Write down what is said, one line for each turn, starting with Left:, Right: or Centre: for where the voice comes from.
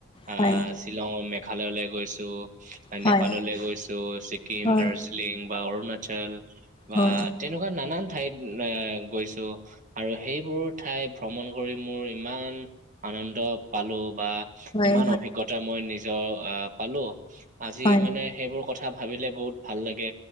Right: আহ
Left: হয়।
Right: শ্বিলং, মেঘালয়লে গৈছো।
Left: হয়
Right: নেপাললে গৈছোঁ। ছিকিম,
Left: হয় হয়
Right: দাৰ্জিলিং বা অৰুণাচল বা
Left: হয় হয়
Right: তেনেকুৱা নানান ঠাইত এ গৈছো আৰু সেইবোৰত ঠাই ভ্ৰমণ কৰি মোৰ ইমান আনন্দ পালো বা ইমান
Left: হয় হয়
Right: অভিজ্ঞতা তা মই নিজৰ আহ পালো আজি
Left: হয় হয়
Right: মানে সেইবোৰ কথা ভাবিলে বহুত ভাল লাগে